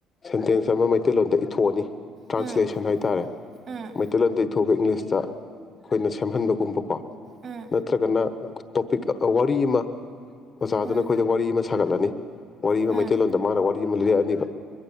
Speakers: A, on the left; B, on the right.
A: ꯁꯦꯟꯇꯦꯟꯁ ꯁꯃ ꯃꯩꯇꯩꯂꯣꯟꯗ ꯏꯊꯣꯛꯑꯅꯤ ꯇ꯭ꯔꯥꯟꯁꯂꯦꯁꯟ
B: ꯎꯝ
A: ꯍꯥꯏꯇꯥꯔꯦ
B: ꯎꯝ
A: ꯃꯩꯇꯩꯂꯣꯟꯗꯒꯤ ꯊꯣꯛꯄ ꯏꯪꯂꯤꯁꯇ ꯑꯩꯈꯣꯏꯅ ꯁꯦꯝꯍꯟꯕꯒꯨꯝꯕꯀꯣ
B: ꯎꯝ
A: ꯅꯠꯇ꯭ꯔꯒꯅ ꯇꯣꯄꯤꯛ ꯋꯥꯔꯤ ꯑꯃ ꯑꯣꯖꯥꯗꯨꯅ
B: ꯎꯝ
A: ꯑꯩꯈꯣꯏꯗ ꯋꯥꯔꯤ ꯑꯃ ꯁꯥꯒꯠꯂꯅꯤ ꯋꯥꯔꯤ ꯑꯃ
B: ꯎꯝ
A: ꯃꯩꯇꯩꯂꯣꯟꯗ ꯃꯥꯅ ꯋꯥꯔꯤ ꯑꯃ ꯂꯤꯔꯛꯑꯅꯤꯕ